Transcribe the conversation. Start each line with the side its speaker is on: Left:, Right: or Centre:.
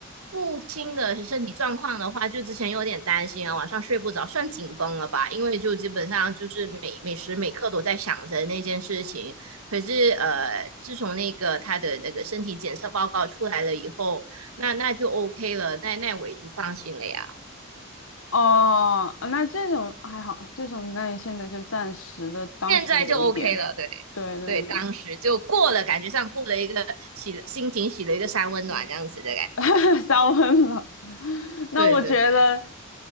Right: 父亲的身体状况的话，就之前有点担心啊，晚上睡不着，算紧绷了吧？因为就基本上就是每每时每刻都在想着那件事情。可是呃，自从那个他的那个身体检测报告出来了以后，那那就 OK 了，那那我也就放心了呀。
Left: 哦，那这种还好，这种那你现在就暂时的，当时有一点，
Right: 现在就 OK 了，对
Left: 对对对，
Right: 对，当时就过了，感觉上过了一个洗了心情洗了一个三温暖这样子的感觉。
Left: 嗯。<laughs> 烧温暖。那我觉得，
Right: 对对对。